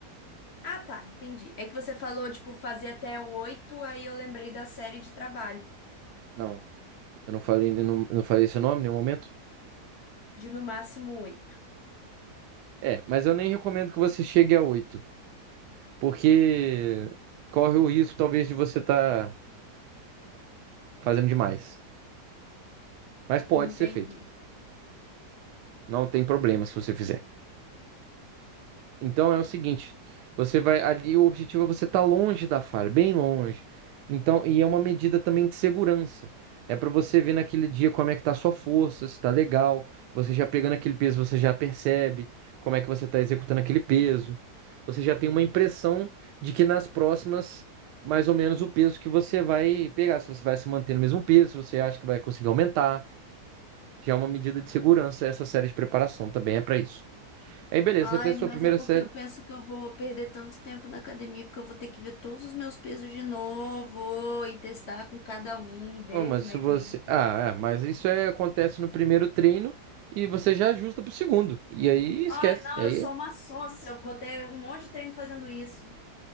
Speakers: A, on the left (about 55°); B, on the right (about 85°).
A: Ah, tá, entendi. É que você falou, tipo, fazer até oito, aí eu lembrei da série de trabalho,
B: Não, eu não falei, eu não, eu não falei esse nome em nenhum momento.
A: de no máximo oito.
B: É, mas eu nem recomendo que você chegue a oito, porque corre o risco talvez de você estar fazendo demais. Mas pode
A: Entendi.
B: ser feito. Não tem problema se você fizer. Então é o seguinte, você vai ali, o objetivo é você estar longe da falha, bem longe. Então, e é uma medida também de segurança. É para você ver naquele dia como é que tá a sua força, se tá legal, você já pegando aquele peso, você já percebe como é que você está executando aquele peso. Você já tem uma impressão de que nas próximas, mais ou menos o peso que você vai pegar, se você vai se manter no mesmo peso, se você acha que vai conseguir aumentar. Já é uma medida de segurança, essa série de preparação também é para isso. Aí, beleza,
A: Ai,
B: você fez
A: mas
B: a sua primeira
A: é porque
B: série
A: eu penso que eu vou perder tanto tempo na academia, porque eu vou ter que ver todos os meus pesos de novo e testar com cada um, ver
B: Pô, Mas
A: como
B: se
A: é
B: você.
A: que.
B: Ah, é, mas isso é, acontece no primeiro treino e você já ajusta pro segundo. E aí esquece.
A: Ai, não,
B: E aí,
A: eu sou uma sócia, eu vou ter um monte de treino fazendo isso.